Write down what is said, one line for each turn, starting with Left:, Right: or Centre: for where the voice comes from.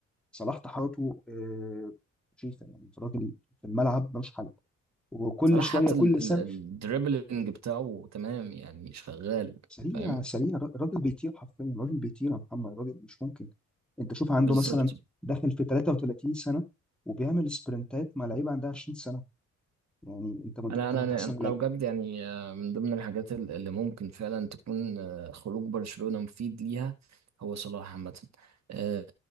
Centre: صلاح تحركاته آه، مخيفه يعني في الراجل في الملعب ملوش حل وكل
Right: صلاح
Centre: شويه
Right: حتى
Centre: كل
Right: الدريبلينج
Centre: سنه
Right: بتاعه تمام يعني شغال
Centre: سريع
Right: فاهم
Centre: سريع الر- الراجل بيطير حرفيا راجل بيطير يا محمد الراجل مش ممكن انت شوف عنده
Right: بالظبط
Centre: مثلا داخل في 33 سنه وبيعمل سبرنتات مع لعيبه عندها 20 سنه يعني انت مت...
Right: انا
Centre: انت
Right: انا
Centre: متحسن
Right: انا
Centre: لي
Right: أنا بجد يعني آه، من ضمن الحاجات ال- اللي ممكن فعلا تكون آه، خروج برشلونة مفيد ليها هو صلاح عامة آه،